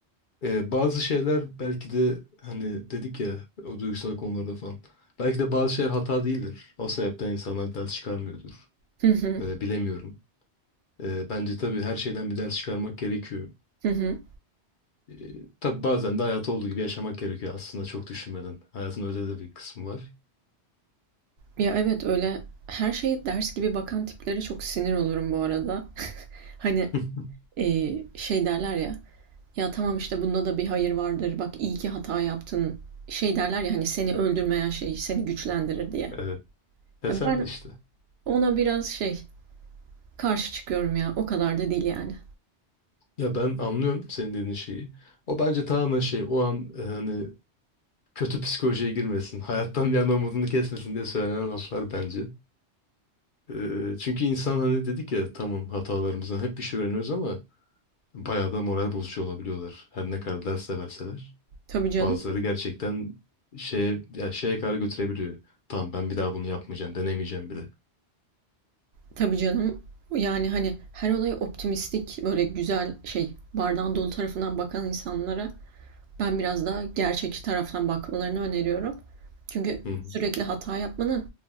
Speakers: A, on the left (about 50°); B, on the right (about 70°).
A: Ee, bazı şeyler belki de hani dedik ya o duygusal konularda falan. Belki de bazı şeyler hata değildir. O sebepten insanlar ders çıkarmıyordur.
B: Hı hı,
A: Ee, bilemiyorum. Ee, bence tabii her şeyden bir ders çıkarmak gerekiyor.
B: hı hı.
A: Ee, tabii bazen de hayatı olduğu gibi yaşamak gerekiyor aslında çok düşünmeden. Hayatın öyle de bir kısmı var.
B: Ya evet öyle her şeye ders gibi bakan tiplere çok sinir olurum bu arada. <laughs> Hani
A: <laughs>
B: e, şey derler ya. Ya tamam işte bunda da bir hayır vardır. Bak iyi ki hata yaptın. Şey derler ya hani seni öldürmeyen şey seni güçlendirir diye.
A: Evet. Teselli
B: Ya ben
A: işte.
B: ona biraz şey karşı çıkıyorum ya. O kadar da değil yani.
A: Ya ben anlıyorum senin dediğin şeyi. O bence tamamen şey o an e, hani kötü psikolojiye girmesin. <laughs> Hayattan bir anda umudunu kesmesin diye söylenen laflar bence. E, çünkü insan hani dedik ya tamam hatalarımızdan hep bir şey öğreniyoruz ama bayağı da moral bozucu olabiliyorlar. Her ne kadar ders de verseler.
B: Tabii canım.
A: Bazıları gerçekten şeye, ya şeye kadar götürebiliyor. Tamam ben bir daha bunu yapmayacağım, denemeyeceğim bile.
B: Tabii canım. Yani hani her olayı optimistik böyle güzel şey bardağın dolu tarafından bakan insanlara ben biraz daha gerçekçi taraftan bakmalarını öneriyorum. Çünkü
A: Hı hı.
B: sürekli hata yapmanın